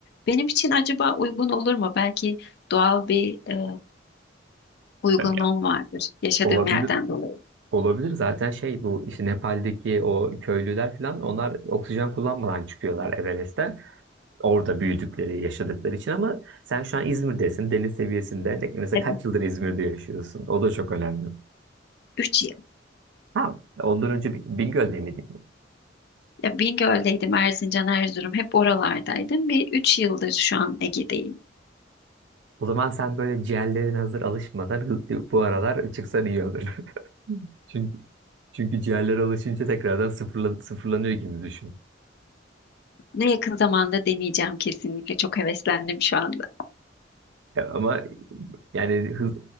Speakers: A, on the left (about 60°); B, on the right (about 70°).
A: Benim için acaba uygun olur mu? Belki doğal bir e, uygunluğum
B: Tabii ya.
A: vardır yaşadığım
B: Olabilir.
A: yerden dolayı.
B: Olabilir zaten şey bu işte Nepal'deki o köylüler falan onlar oksijen kullanmadan çıkıyorlar Everest'ten. Orada büyüdükleri, yaşadıkları için ama sen şu an İzmir'desin, deniz seviyesinde. Ne- Mesela
A: Evet.
B: kaç yıldır İzmir'de yaşıyorsun? O da çok önemli.
A: Üç yıl.
B: Ha, ondan önce Bi- Bingöl'de miydin?
A: Ya Bingöl'deydim, Erzincan, Erzurum hep oralardaydım ve üç yıldır şu an Ege'deyim.
B: O zaman sen böyle ciğerlerin hazır alışmadan hı- bu aralar çıksan iyi olur. <laughs> Çünkü çünkü ciğerler alışınca tekrardan sıfırla, sıfırlanıyor gibi düşün.
A: Bunu yakın zamanda deneyeceğim kesinlikle. Çok heveslendim şu anda.
B: Ya Ama yani hız,